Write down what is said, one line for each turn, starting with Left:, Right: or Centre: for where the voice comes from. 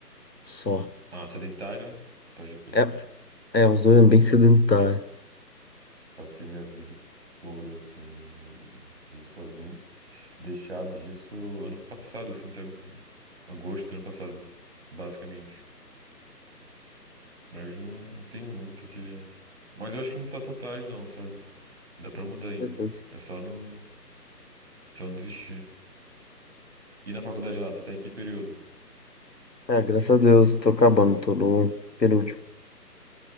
Left: Só.
Right: Ah, sedentário? Pode crer.
Left: É, é uns dois anos bem sedentário.
Right: Ah, Passei minha vida toda, assim, e só vim deixar disso ano passado, assim, sabe? Agosto do ano passado, basicamente. Mas não tem muito o que. Mas eu acho que não tá tão tarde, não, sabe? Dá pra mudar ainda.
Left: Meu Deus.
Right: É só não, só não desistir. E na faculdade lá, você tá em que período?
Left: Cara, graças a Deus, tô acabando, tô no penúltimo.